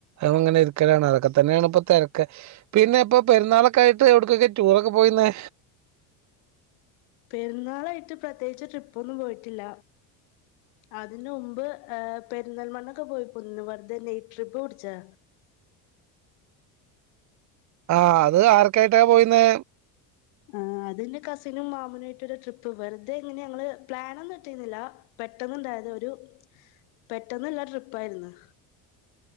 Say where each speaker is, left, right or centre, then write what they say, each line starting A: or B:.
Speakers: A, on the right; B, on the left.
A: അങ്ങനെരിക്കലാണ് അതൊക്കെ തന്നെയാണ് ഇപ്പോ തിരക്ക് പിന്നെ ഇപ്പൊ പെരുന്നാളൊക്കെ ആയിട്ട് എവിടക്കൊക്കെ ടൂറൊക്കെ പോയിരുന്നേ
B: പെരുന്നാളായിട്ട് പ്രത്യേകിച്ച് ട്രിപ്പൊന്നും പോയിട്ടില്ല അതിന് മുമ്പ് ഏ പെരുന്തൽമണ്ണയ്ക്ക് പോയി പോന്ന് വെറുതെ നയ്റ്റ് ട്രിപ്പ് പിടിച്ചതാ
A: ആ അത് ആർക്കായിട്ടാ പോയിന്നെ
B: ആ അതെന്റെ കസിനും മാമനുംമായിട്ട്ട് ട്രിപ്പ് വെറുതെ ഇങ്ങനെ ഞങ്ങള് പ്ലനൊന്നും ഇട്ടിരുന്നില്ല പെട്ടെന്ന് ഇണ്ടായതാ ഒരു പെട്ടന്നുള്ള ട്രിപ്പായിരുന്നു